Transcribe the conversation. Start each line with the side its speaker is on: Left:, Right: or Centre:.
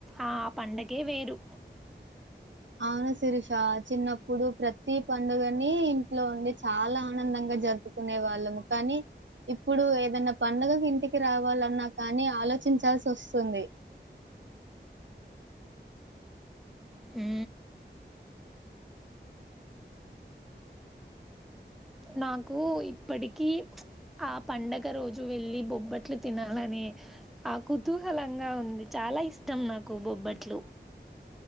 Centre: ఆ పండగే వేరు
Right: అవును శిరష చిన్నప్పుడు ప్రతి పండుగని ఇంట్లో ఉండి చాలా ఆనందంగా జరుపుకునే వాళ్ళము కానీ ఇప్పుడు ఏదనా పండుగకు ఇంటికి రావాలన్నా కానీ ఆలోచించాల్సి వస్తుంది
Centre: హు నాకు ఇప్పటికి ఆ పండగ రోజు వెళ్లి బొబ్బట్లు తినాలనే ఆ కుతూహలంగా ఉంది చాలా ఇష్టం నాకు బొబ్బట్లు